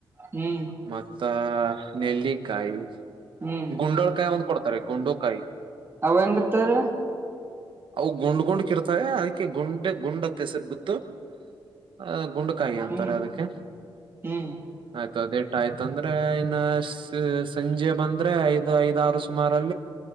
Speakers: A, on the right (about 25°); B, on the right (about 65°).
A: ಹ್ಮ್
B: ಮತ್ತ ನೆಲ್ಲಿಕಾಯಿ
A: ಹ್ಮ್
B: ಗುಂಡೋಲ್ಕಾಯಿ ಒಂದ್ ಕೊಡ್ತಾರೆ ಗುಂಡೋಕಾಯಿ
A: ಅವು ಹೆಂಗ ಇರತಾವ ರೀ
B: ಅವು ಗುಂಡ್ ಗುಂಡ್ಕ ಇರ್ತಾವ ಅದಕ್ಕೆ ಗುಂಡ ಗುಂಡತ್ತ ಹೆಸರ್ ಬಿತ್ತು. ಅ ಗುಂಡಕಾಯಿ ಅಂತಾರೆ
A: ಹ್ಮ್
B: ಅದಕ್ಕೆ
A: ಹ್ಮ್
B: ಆಯ್ತು ಅದೇ ಅಷ್ಟ ಆಯ್ತಂದ್ರೆ ಇನ್ನ ಸಂಜೆ ಬಂದ್ರೆ ಐದ್ ಐದ ಆರು ಸುಮಾರ